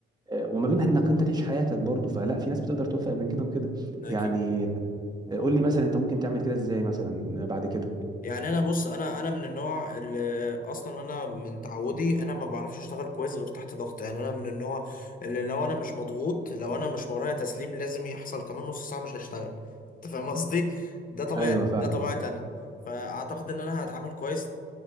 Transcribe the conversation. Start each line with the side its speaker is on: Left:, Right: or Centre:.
Right: آه، وما بين انك انت تعيش حياتك برضه فلا في ناس بتقدر توفق بين كده وكده
Left: اكيد
Right: يعني آه، قول لي مثلا انت ممكن تعمل كده ازاي مثلا بعد كده
Left: يعني انا بص انا انا من النوع اللي اصلا انا من تعودي انا ما بعرفش اشتغل كويس غير تحت ضغط يعني انا من النوع اللي لو انا مش مضغوط لو انا مش ورايا تسليم لازم يحصل كمان نص ساعه مش هشتغل انت فاهم قصدي ده طبيعي
Right: ايوه فعلا
Left: ده طبيعتي انا فاعتقد ان انا هتعامل كويس